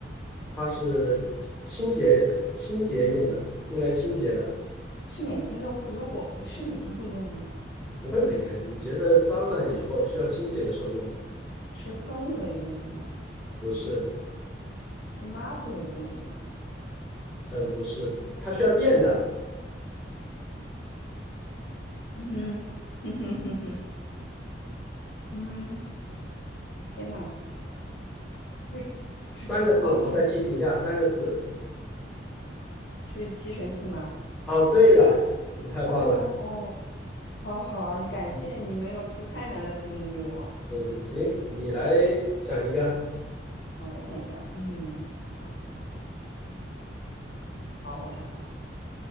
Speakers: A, in the centre; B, on the left (about 60°).
A: 它是清清洁清洁用的，用来清洁的，
B: 是每天都，如果是每天会用的吗？
A: 不会每天。你觉得脏了以后需要清洁的时候用的？
B: 是喷雾类的东西吗？
A: 不是，
B: 是抹布类的东西吗？
A: 嗯，不是，它需要电的。
B: 嗯哼哼哼哼，<laughs> 嗯，天呐，是是厨房用的，
A: 三个字，我再提醒一下，三个字。
B: 是吸尘器吗？
A: 哦，对了，你太棒了。
B: 哦哦，好好啊，感谢你没有出太难的题目给我。
A: 嗯嗯，行，你来想一个。
B: 我来想一个，嗯，让我想看，好，我想好了，